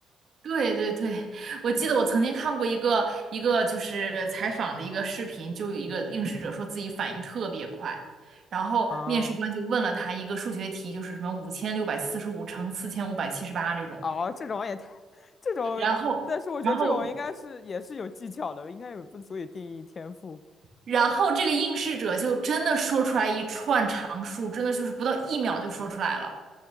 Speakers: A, on the right; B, on the left.
A: 对对对，我记得我曾经看过一个一个就是采访的一个视频，就有一个应试者说自己反应特别快，然后面试官就问了他一个数学题，
B: 啊、
A: 就是什么五千六百四十五乘四千五百七十八这种，
B: 哦，这种也太，<laughs> 这种，
A: 然后然后
B: 但是我觉得这种应该是也是有技巧的，应该也不足以定义天赋。
A: 然后这个应试者就真的说出来一串常数，真的就是不到一秒就说出来了。